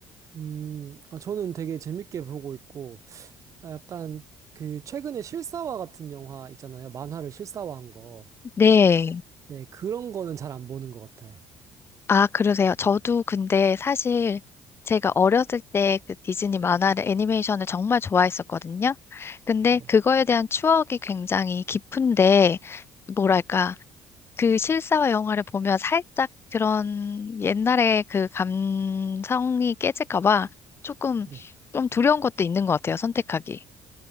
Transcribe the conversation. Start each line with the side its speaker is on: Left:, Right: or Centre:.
Right: 음, 아, 저는 되게 재밌게 보고 있고, 아, 약간 그 최근에 실사화 같은 영화 있잖아요. 만화를 실사화한 거.
Left: 네.
Right: 네, 그런 거는 잘 안 보는 것 같아요.
Left: 아, 그러세요? 저도 근데 사실 제가 어렸을 때 그 디즈니 만화를 애니메이션을 정말 좋아했었거든요. 근데
Right: 네,
Left: 그거에 대한 추억이 굉장히 깊은데, 뭐랄까, 그 실사화 영화를 보면 살짝 그런 옛날의 그 감성이 깨질까 봐 조금
Right: 네,
Left: 좀 두려운 것도 있는 것 같아요, 선택하기.